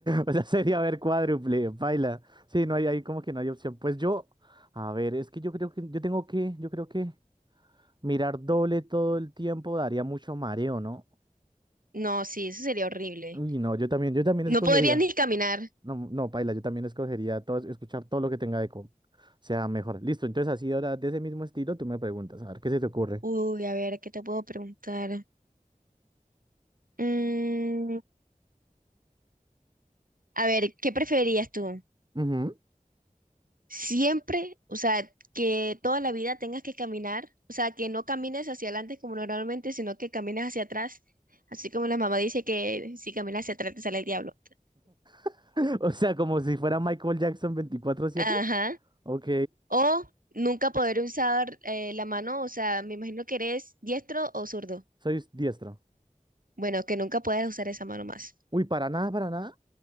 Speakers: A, on the right; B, on the right.
A: O sea, sería ver cuádruple, baila. Sí, no hay ahí como que no hay opción. Pues yo, a ver, es que yo creo que yo tengo que, yo creo que mirar doble todo el tiempo daría mucho mareo, ¿no?
B: No, sí, eso sería horrible.
A: Uy, no, yo también, yo también
B: No
A: escogería.
B: podría ni caminar.
A: No, no, paila, yo también escogería todo, escuchar todo lo que tenga eco. O sea, mejor. Listo, entonces así ahora de ese mismo estilo tú me preguntas, a ver, ¿qué se te ocurre?
B: Uy, a ver, ¿qué te puedo preguntar? Mm, A ver, ¿qué preferirías tú?
A: Ujú.
B: Siempre, o sea, que toda la vida tengas que caminar, o sea, que no camines hacia adelante como normalmente, sino que camines hacia atrás, así como la mamá dice que si caminas hacia atrás te sale el diablo.
A: <laughs> O sea, como si fuera Michael Jackson 24/7.
B: Ajá.
A: Ok,
B: O nunca poder usar eh, la mano, o sea, me imagino que eres diestro o zurdo.
A: soy diestro.
B: Bueno, que nunca puedas usar esa mano más.
A: Uy, para nada, para nada.